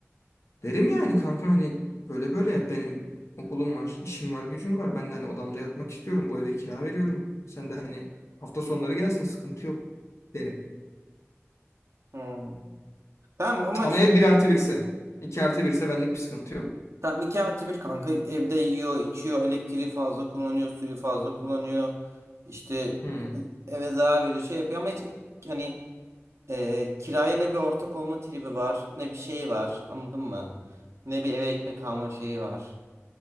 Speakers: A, on the left; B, on the right.
A: Derim yani kanka hani böyle böyle benim okulum var, işim var, gücüm var. Ben de hani odamda yatmak istiyorum. Bu eve kira veriyorum. Sen de hani hafta sonları gelsin sıkıntı yok derim.
B: Hmm. Tamam ama
A: Ama
B: şöyle
A: ev bir
B: bir şey.
A: artı birse 2 artı birse ise benlik bir sıkıntı yok.
B: Tamam 2 artı 1 kanka evde yiyor, içiyor, elektriği fazla kullanıyor, suyu fazla kullanıyor. İşte
A: Hmm.
B: eve zarar veriyor şey yapıyor ama hiç yani e, kiraya ne bir ortak olma tribi var ne bir şey var anladın mı? Ne bir eve ekmek alma şeyi var.